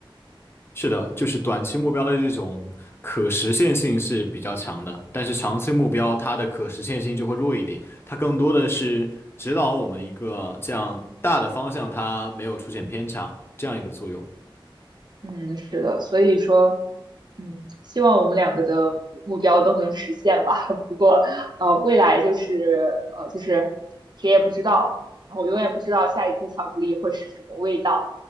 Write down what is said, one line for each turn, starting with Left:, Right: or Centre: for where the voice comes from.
Left: 是的，就是短期目标的这种可实现性是比较强的，但是长期目标它的可实现性就会弱一点，它更多的是指导我们一个这样大的方向，它没有出现偏差这样一个作用。
Right: 嗯，是的，所以说嗯，希望我们两个的目标都能实现吧。<laughs> 不过，呃，未来就是呃，就是谁也不知道，然后永远不知道下一颗巧克力会是什么味道。